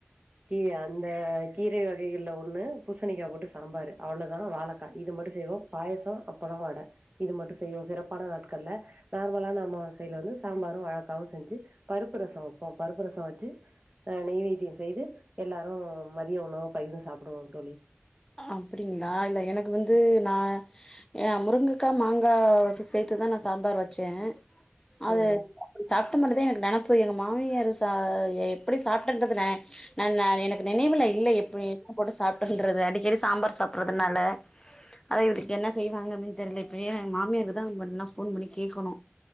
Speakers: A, on the right (about 35°); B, on the left (about 15°).
A: கீ அந்த கீரை வகைகள்ல ஒண்ணு பூசணிக்கா போட்டு சாம்பார் அவ்வளோதா வாழைக்கா இது மட்டும் செய்வோ பாயசம் அப்பளம் வட இது மட்டும் செய்வோம் சிறப்பான நாட் கள்ல நார்மலா நம்ம சைடுல வந்து சாம்பாரும் வாழக்காவும் செஞ்சு பருப்பு ரசம் வைப்போம் பருப்பு ரசம் வச்சு அ நெய்வேத்தியம் செய்து எல்லாரும் மதியம் உணவு பகிர்ந்து சாப்டுவோ தோழி
B: அப்டிங்களா இல்ல எனக்கு வந்து நா ஏ முருங்கக்கா மாங்கா வச்சு சேத்துதா நா சாம்பார் வச்சேன் அது
A: ம்
B: சாப்ட்ட மாரிதா எனக் நினப்பு எங்க மாமியார் சா எப்படி சாப்ட்டன்றது நா நாநா எனக்கு நினைவுல இல்ல எப்பு என்ன போட்டு சாப்டன்றது அடி ரி சாம்பார் சாப்டறதுனால அது இதுக்கு என்ன செய்வாங்க அப்டின் தெரியல இப்ப ஏன் மாமியருக்குதா நம் வேணா போன் பண்ணி கேக்கணு